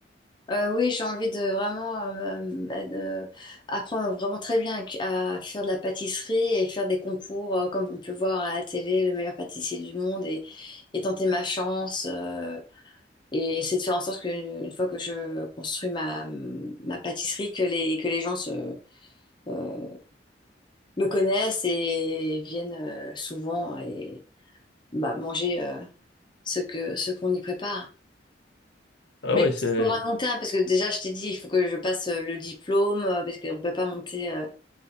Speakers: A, on the left; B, on the left.
A: euh, oui, j'ai envie de vraiment euh, bah, de- apprendre vraiment très bien à, à faire de la pâtisserie et faire des concours euh, comme on peut voir à la télé, le meilleur pâtissier du monde et, et tenter ma chance. euh, et c'est de faire en sorte qu'une fois que je construis ma, ma pâtisserie, que les, que les gens se, euh, me connaissent et viennent euh, souvent et, bah, manger euh, ce que ce qu'on y prépare.
B: Ah
A: Mais
B: oui,
A: bon,
B: c'est
A: c'est pour un long terme, parce que déjà, je t'ai dit, il faut que je passe euh, le diplôme, euh, parce qu'on ne peut pas monter euh,